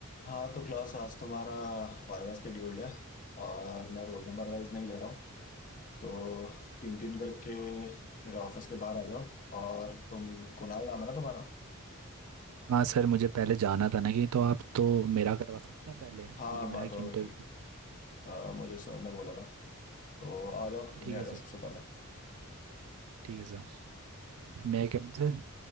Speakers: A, on the left (about 35°); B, on the right (about 75°).
A: हाँ तो क्लास आज तुम्हारा वायवा शेड्यूल्ड है और मैं रोल नंबर वाइज नहीं ले रहा हूँ तो तीन तीन करके मेरे ऑफिस के बाहर आ जाओ और तुम कुणाल नाम है ना तुम्हारा
B: हाँ सर मुझे पहले जाना था ना कि तो आप तो मेरा करवा सकते हैं पहले क्योंकि
A: हाँ
B: मेरा
A: बात
B: एक
A: हो
B: इंटरव्यू
A: गई थी अ, मुझे सर ने बोला था तो आ जाओ तुम
B: ठीक
A: ही
B: है
A: आ जाओ
B: सर
A: सबसे पहले
B: ठीक है सर मैं cabin sir